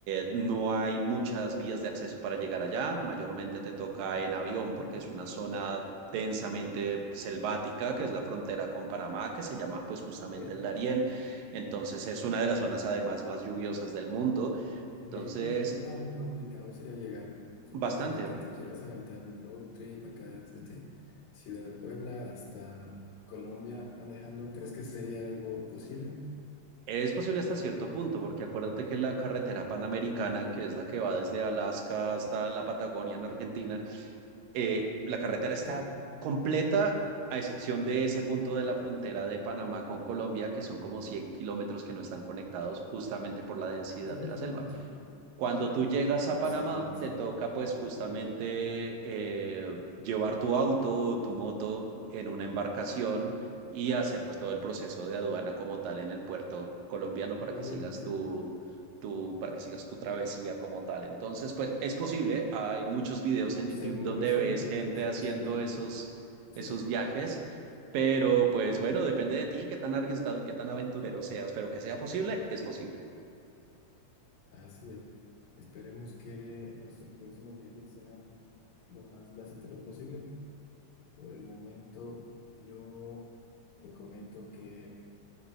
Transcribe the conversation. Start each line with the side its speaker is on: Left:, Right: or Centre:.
Right: eh, no hay muchas vías de acceso para llegar allá, mayormente te toca en avión porque es una zona densamente selvática que es la frontera con Panamá que se llama pues justamente
Left: Ok.
Right: el Darién, entonces es una de las zonas además más lluviosas del mundo,
Left: En
Right: entonces
Left: vehículo, ¿qué tan complicado sería llegar? Suponiendo
Right: bastante.
Left: que te quieras aventar un road trip acá desde Ciudad de Puebla hasta Colombia manejando, ¿crees que sería algo posible?
Right: Es posible hasta cierto punto, porque acuérdate que la carretera panamericana, que es la que va desde Alaska hasta la Patagonia en Argentina, eh, la carretera
Left: Ok,
Right: está completa, a excepción de ese punto de la frontera de Panamá con Colombia, que son como 100 kilómetros que no están conectados justamente por la densidad
Left: 100
Right: de la
Left: kilómetros
Right: selva. Cuando tú llegas a Panamá,
Left: sin conexión.
Right: te toca pues justamente eh, llevar tu auto o tu moto en una embarcación y hacer pues todo el proceso de aduana como tal en el puerto colombiano para
Left: Uy,
Right: que sigas
Left: entiendo.
Right: tu, tu, para que sigas tu travesía como tal. Entonces, pues es posible, hay muchos videos en
Left: Seguro
Right: YouTube donde
Left: eso
Right: ves
Left: eleva
Right: gente
Left: el precio
Right: haciendo
Left: bastante más.
Right: esos,
Left: Sí,
Right: esos viajes, pero pues bueno, depende de ti qué tan arriesgado y qué tan aventurero seas, pero que sea posible, es posible.
Left: así es. Esperemos que nuestros próximos viajes sean lo más placenteros posible. Por el momento, yo te comento que